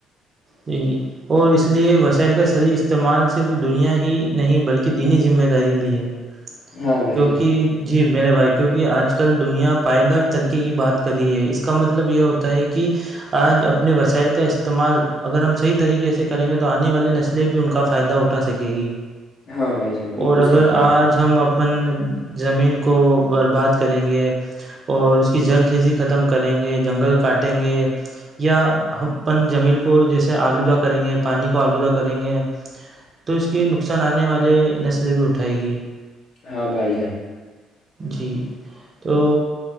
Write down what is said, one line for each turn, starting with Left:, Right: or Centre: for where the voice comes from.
Right: یہ اور اس لیئے وسائل کا صح استعمال صرف دنیا ہی نہیں بلکہ دینی ذمہ داری بھی ہے
Left: ہاں بھائی
Right: کیونکہ
Left: جان
Right: جی میرے بھائی کیونکہ آج کل دنیا پائیدار ترقی کی بات کر رہی ہے اس کا مطلب یہ ہوتا ہے کہ کہ آج اپنے وسائل کا استعمال اگر ہم صحیح طریقے سے کریں گے تو آنے والی نسلیں بھی ان کا فائدہ اٹھا سکیں گی
Left: ہاں بھائی جان بالکل
Right: اور اگر
Left: صحیح کہا
Right: آج
Left: آپ نے
Right: ہم اپنے اپن زمین کو برباد کریں گے اور اس کی زرخیزی ختم کریں گے جنگل کاٹیں گے یا ہم اپن جمیل کو جیسے آلودہ کریں گے پانی کو آلودہ کریں گے تو اس کے نقصان آنے والے نسلیں بھی اٹھائے گی
Left: ہاں بھائی جان
Right: جی تو